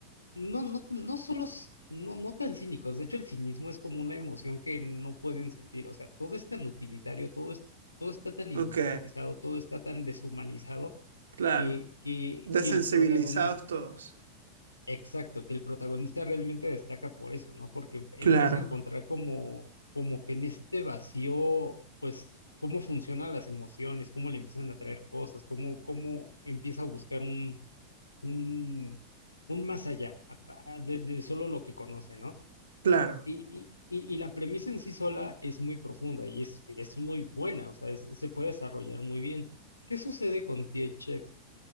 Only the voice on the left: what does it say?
no, no, tan- no solo, s- no, no tan cínicos, de hecho el cinismo es como una emoción que no pueden sentir, o sea, todo es tan utilitario, todo es, todo está tan industrializado,
todo está tan deshumanizado
que, que,
que el protagonista,
exacto, que el protagonista realmente destaca por eso, ¿no? Porque empieza
a encontrar como, como que en este vacío, pues, cómo funcionan las emociones, cómo le empiezan a traer cosas, cómo, cómo empieza a buscar un, un más allá apa- a- de, de solo lo que conoce, ¿no?
Y, y- y- y la premisa en sí sola es muy profunda y es, y es muy buena, o sea, es- se puede desarrollar muy bien. ¿Qué sucede con T.H